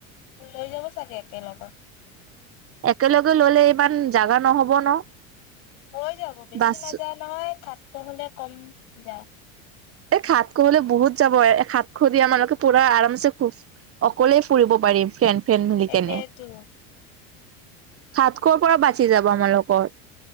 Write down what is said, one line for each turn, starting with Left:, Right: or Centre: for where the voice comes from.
Left: লৈ যাব চাগে একেলগত।
Right: একেলগে ল'লে ইমান জাগা নহ'ব ন'।
Left: হৈ যাব বেছি
Right: বাছ
Left: নাযায় নহয় সাতশ হ'লে কম যাওঁ।
Right: এই সাতশ হ'লে বহুত যাব সাতশ দিয়া আমালোকে পুৰা আৰামছে খুব অকলে ফুৰিব পাৰিম, ফেন ফেন বুলি
Left: এইটোয়েতো
Right: কেনে। সাতশৰ পৰা বাচি যাব আমালোকৰ।